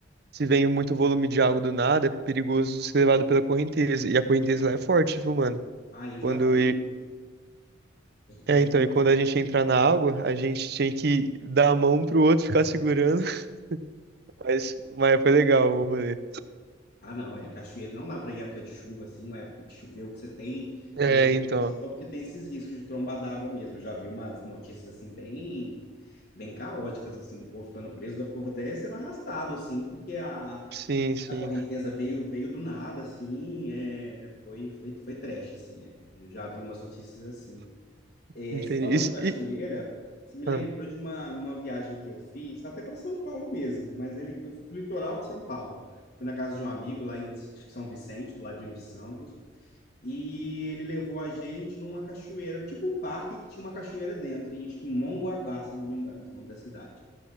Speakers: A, on the right; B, on the left.
A: Se vem muito volume de água do nada, é perigoso ser levado pela correnteza. E a correnteza
B: Ah,
A: lá é forte, viu, mano?
B: ah, eu já
A: Quando.
B: vi
A: e-
B: umas.
A: É,
B: Eu já
A: então,
B: vi umas.
A: e quando a gente entrar na água, a gente tinha que dar a mão pro outro ficar segurando. <laughs> Mas, mas foi legal o rolê.
B: Ah, não, é. Cachoeira não dá para ir em época de chuva, assim, ou época que choveu, que você tem
A: É,
B: previsão
A: então.
B: de chuva, porque tem esses riscos de tromba d'água mesmo. Eu já vi umas notícias, assim, bem, bem caóticas, assim, do povo ficando preso, do povo até sendo arrastado, assim, porque a,
A: Sim, sim.
B: a correnteza veio, veio do nada, assim, é, foi, foi, foi trash, assim. é. Eu já vi umas notícias assim. É,
A: Entendi.
B: você falou
A: E, se-
B: de cachoeira,
A: e-
B: isso me
A: Ah,
B: lembrou de uma, uma viagem que eu fiz, até para São Paulo mesmo, mas ele, eu fui para o litoral de São Paulo. Fui na casa de um amigo lá em São Vicente, do ladinho de Santos, e ele levou a gente numa cachoeira, tipo um parque que tinha uma cachoeira dentro, em, acho que em Mongaguá, se eu não me engano, esse é o nome da cidade.